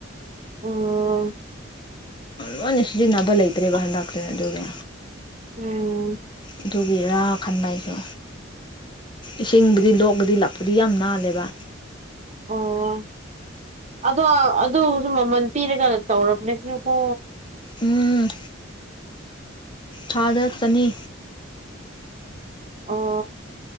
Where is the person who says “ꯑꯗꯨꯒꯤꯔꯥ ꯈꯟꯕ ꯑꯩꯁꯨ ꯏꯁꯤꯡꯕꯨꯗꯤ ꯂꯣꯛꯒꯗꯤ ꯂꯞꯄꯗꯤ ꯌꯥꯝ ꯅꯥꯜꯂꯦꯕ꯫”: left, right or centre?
Left